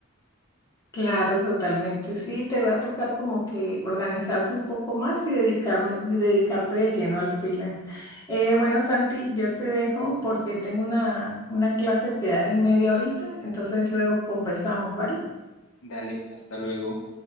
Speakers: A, on the left; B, on the left.
A: Claro, totalmente. Sí, te va a tocar como que organizarte un poco más y dedicarme, dedicarte de lleno al freelance. Eh, bueno, Santi, yo te dejo porque tengo una, una clase que dar en media horita, entonces luego conversamos, ¿vale?
B: Dale, hasta luego.